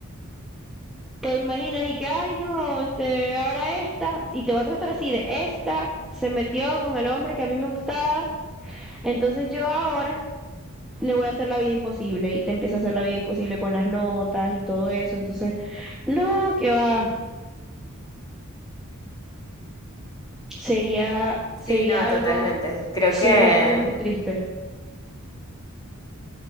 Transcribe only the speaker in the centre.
te imaginas y que, ay, no, este, ahora esta, y te va a tratar así de esta, se metió con el hombre que a mí me gustaba, entonces yo ahora le voy a hacer la vida imposible y te empieza a hacer la vida imposible con las notas y todo eso, entonces, no, que va, sería, sería
algo,
sería
algo muy triste.